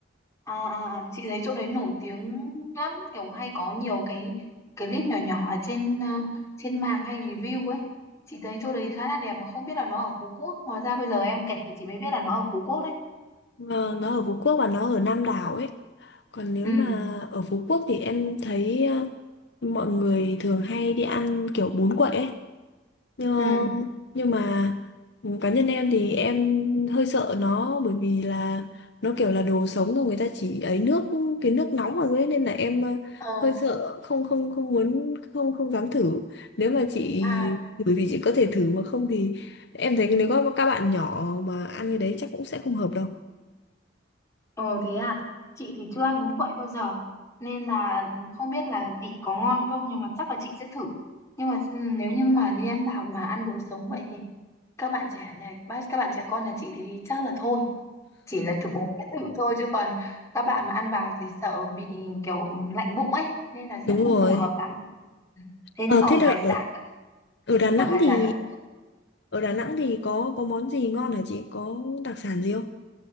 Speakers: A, on the left (about 15°); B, on the left (about 60°).
A: À, à, à, chị thấy chỗ đấy nổi tiếng lắm kiểu hay có nhiều cái clip nhỏ nhỏ ở trên ờ, trên mạng hay review ấy chị thấy chỗ
B: Ừ.
A: đấy khá là đẹp mà không biết là nó ở Phú Quốc hóa ra bây giờ em kể thì chị mới biết là nó ở Phú Quốc đấy
B: Ờ, nó ở Phú Quốc và nó ở Nam Đảo ấy còn nếu
A: ừ
B: mà ở Phú Quốc thì em thấy ờ, mọi người thường hay đi ăn kiểu bún quậy ấy nhưng
A: ừ
B: nhưng mà cá nhân em thì em hơi sợ nó bởi vì là nó kiểu là đồ sống rồi người ta chỉ ấy nước cái nước nóng vào dưới ấy, nên là em ờ,
A: ờ
B: hơi sợ không không không muốn không không dám thử nếu mà chị
A: à
B: thử thì chị có thể thử mà không thì em thấy nếu có các bạn nhỏ mà ăn cái đấy chắc cũng sẽ không hợp đâu
A: ờ thế à chị thì chưa ăn bún quậy bao giờ nên là không biết là vị có ngon không nhưng mà chắc là chị sẽ thử nhưng mà s- nếu như mà như em bảo mà ăn đồ sống vậy thì các bạn trẻ nhà các bạn trẻ con nhà chị thì chắc là thôi chỉ là chụp bốn cái thử thôi chứ còn các bạn mà ăn vào thì sợ bị kiểu lạnh bụng ấy nên là sẽ
B: đúng
A: không
B: rồi
A: phù hợp lắm thế
B: ờ
A: ở
B: thế
A: hải
B: là ở,
A: sản các-
B: ở Đà Nẵng
A: ở hải
B: thì
A: sản các
B: ở Đà Nẵng thì có có món gì ngon hả chị có đặc sản gì không